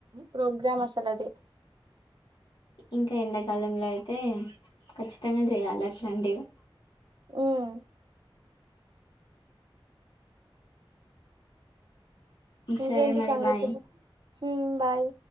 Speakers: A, on the right; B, on the left.
A: ప్రోగ్రామ్ అస అది
B: ఇంకా ఎండాకాలంలో అయితే ఖచ్చితంగా చేయాలి అట్లాంటివి
A: ఉమ్ ఇంకేంటి
B: సరే మరి
A: సంగతులు
B: బాయ్
A: హ్మ్ బాయ్